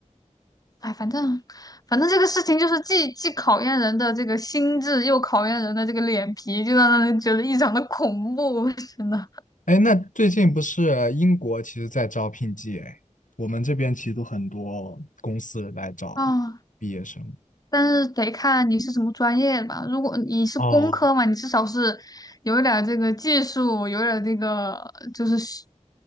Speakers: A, on the left (about 30°); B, on the left (about 80°).
A: 哎，反正反正这个事情就是既既考验人的这个心智，又考验人的这个脸皮，就让人觉得异常的恐怖，<laughs> 真的
B: 哎，那最近不是英国其实在招聘季哎，我们这边其实都很多公司来找毕业生。
A: 啊。但是得看你是什么专业的吧。如果你是工科嘛，
B: 哦，
A: 你至少是有一点儿这个技术，有一点儿这个就是实